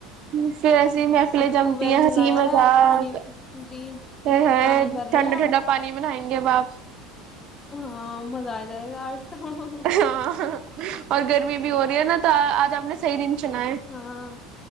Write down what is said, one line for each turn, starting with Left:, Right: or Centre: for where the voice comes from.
Right: <unintelligible> پھر اسی محفلیں
Left: اب
Right: جمتی
Left: ٹیوب ویل
Right: ہیں ہسی
Left: چلایا
Right: مذاق
Left: ہے اب پانی جی
Right: ہائے ہائے
Left: پانی بھر
Right: ٹھنڈا
Left: رہے ہیں اب
Right: ٹھنڈا پانی میں نہائیں گے باپ
Left: ہاں مزہ آ جائے گا آج <unintelligible>
Right: ہاں اور گرمی بھی ہو رہی ہے نا تو آج آپ نے صحیح دن چنا ہے
Left: ہاں